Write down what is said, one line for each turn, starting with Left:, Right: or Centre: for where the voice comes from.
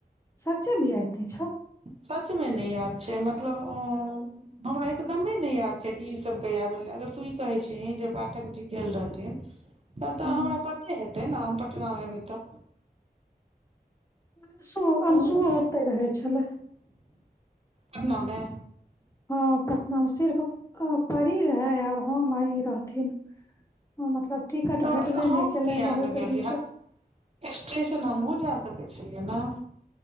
Left: सच्चेमे याद नै छो
Right: सचमे नै याद छै मतलब अ उ हमरा एकदमे नै याद छै जे ई सभ कहिया भेलइ र तू इ कहे छहिन जे पाठक जी गेल रहथिन त' त'
Left: हूँ
Right: हमरा पते हेतै न हम पटनामे हेबइ त
Left: अंशु अंशुओ
Right: पटना
Left: ओत्ते रहै छलि
Right: पटनामे
Left: हँ पटनामे सिर्फ परी रहै आओर हम आ ई रहथिन हँ मतलब टिकट
Right: तऽ
Left: भेटबे
Right: हम
Left: नहि केलै
Right: किया
Left: बहुत
Right: नै गेलियै
Left: दिक्कत
Right: हट स्टेशन हमहु जा सके छेलियै नै